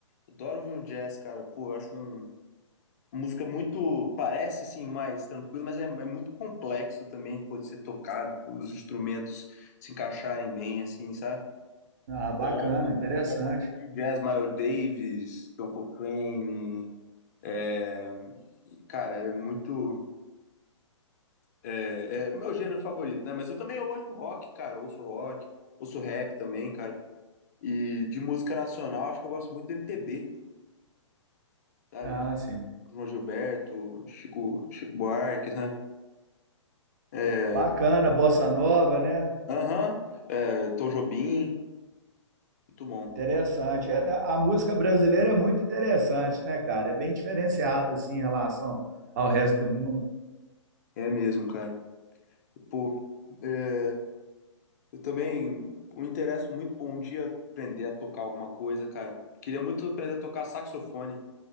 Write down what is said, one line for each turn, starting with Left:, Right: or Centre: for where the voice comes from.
Left: Adoro ouvir um jazz, cara. Pô, eu acho um- uma música muito, parece assim, mais tranquila, mas é, é muito complexo também, pode ser tocado, pô, os instrumentos se encaixarem bem, assim, sabe?
Right: Ah, bacana,
Left: Então,
Right: interessante.
Left: gosto bastante de jazz, Miles Davis, John Coltrane, é, E, cara, é muito. É, é meu gênero favorito, né? Mas eu também eu gosto de rock, cara. Eu ouço rock, ouço rap também, cara. E de música nacional, acho que eu gosto muito do MPB, sabe?
Right: Ah,
Left: Tipo,
Right: sim.
Left: João Gilberto, Chico, Chico Buarque, né? É,
Right: Bacana, bossa nova, né?
Left: Aham, é, Tom Jobim, muito bom.
Right: Interessante. É, A música brasileira é muito interessante, né, cara? É bem diferenciada, assim, em relação ao resto do mundo.
Left: É mesmo, cara. Pô, é, eu também me interesso muito por um dia aprender a tocar alguma coisa, cara. Queria muito aprender a tocar saxofone.